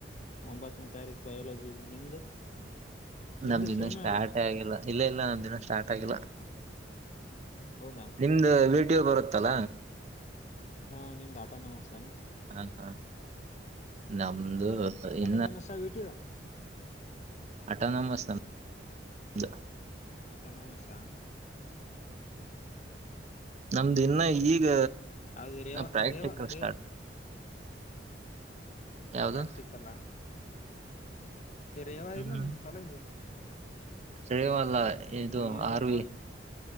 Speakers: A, on the left; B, on the right.
A: ಒಂಭತ್ನೇ ತಾರೀಕ್ ಬಯಾಲಜಿ ಇದೆ ನಿಮ್ದು? ನಿಮ್ದು
B: ನಮ್ದಿನ್ನು
A: ಸೇಮೆ
B: ಸ್ಟಾರ್ಟೇ
A: ಅಲ್ಲ
B: ಆಗಿಲ್ಲ ಇಲ್ಲ ಇಲ್ಲ ನಮ್ದಿನ್ನು ಸ್ಟಾರ್ಟ್ ಆಗಿಲ್ಲ.
A: ಹೌದಾ
B: ನಿಮ್ದ ವೀ ಟಿ ಯೋ ಬರುತ್ತಲ.
A: ಹಾ ನಿಮ್ದ ಆಟೊನಮಸ್ ತಾನ?
B: ಹ ಹ ನಮ್ದು ಇನ್ನಾ
A: ಆಟೋನಮಸ ಇಟ್ಟಿದ
B: ಅಟೊನಮಸ್ ನಮ್ದು.
A: ಅಟೊನಮಸಾ?
B: ನಮ್ದು ಇನ್ನ ಈಗ
A: ಅದು ರೇವ
B: ಪ್ರಾಕ್ಟಿಕಲ್
A: ರೇವ ರೇ
B: ಸ್ಟಾರ್ಟ್ ಯಾವ್ದು
A: ಪ್ರಾಕ್ಟಿಕಲ್ಲಾ <unintelligible>
B: ಹ್ಮ್
A: ಇಲ್ಲ ನಿಮ್ ಕಾಲೇಜು?
B: ಸೇವಲ್ಲ
A: ಹ್ಮ್ ಹ್ಮ್
B: ಇದು
A: ಏನು
B: ಆರ್
A: ಉಮ
B: ವಿ